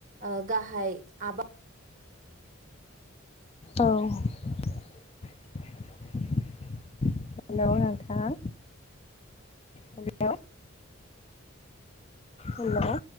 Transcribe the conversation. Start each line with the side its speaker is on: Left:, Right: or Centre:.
Right: ओ गाहाइ आबा
Left: औ हेलौ नोंथाङा हेलौ हेलौ